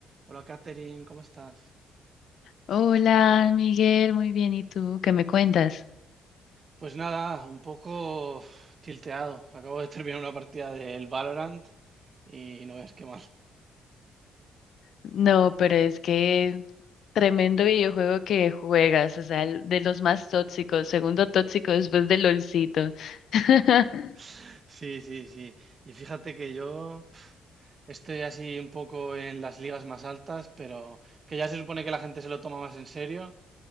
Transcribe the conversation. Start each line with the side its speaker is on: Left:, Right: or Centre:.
Right: Hola Katherine, ¿cómo estás?
Left: Hola, Miguel, muy bien. ¿Y tú? ¿Qué me cuentas?
Right: Pues nada, un poco tilteado. Acabo de terminar una partida del Valorant y no es que mal.
Left: No, pero es que tremendo videojuego que juegas, o sea, el- de los más tóxicos, segundo tóxico después del LOLcito. <laughs>
Right: <laughs> Sí, sí, sí. Y fíjate que yo estoy así un poco en las ligas más altas, pero que ya se supone que la gente se lo toma más en serio.